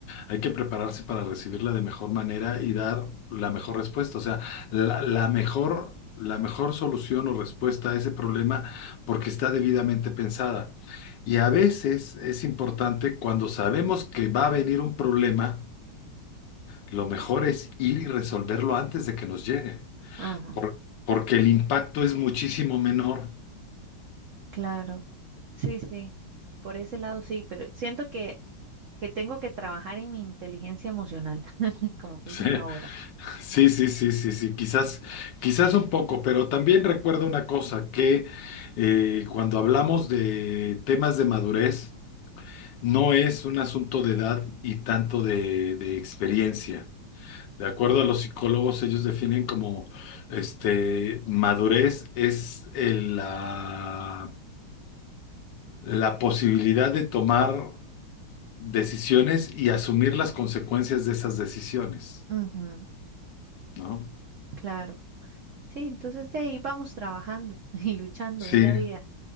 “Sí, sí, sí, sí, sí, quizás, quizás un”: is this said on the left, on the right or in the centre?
Left